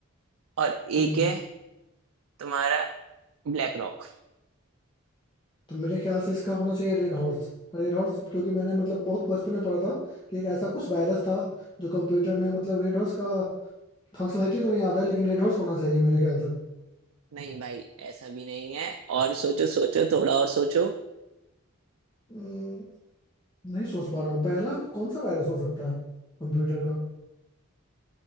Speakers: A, on the right; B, on the left.
A: और
B: हम्म
A: एक है तुम्हारा ब्लैक रॉक
B: तो मेरे ख्याल से इसका होना चाहिए रेड हॉर्स रेड हॉर्स क्योंकि मैंने मतलब बहुत बचपन में पढ़ा था कि एक ऐसा कुछ वायरस था जो कंप्यूटर में मतलब रेड हॉर्स का फंक्शनैलिटी तो नहीं याद है लेकिन रेड हॉर्स होना चाहिए मेरे ख्याल से
A: नहीं भाई ऐसा भी नहीं है और सोचो सोचो थोड़ा और सोचो
B: हम्म, नहीं सोच पा रहा हूँ पहला कौन सा वायरस हो सकता है कंप्यूटर का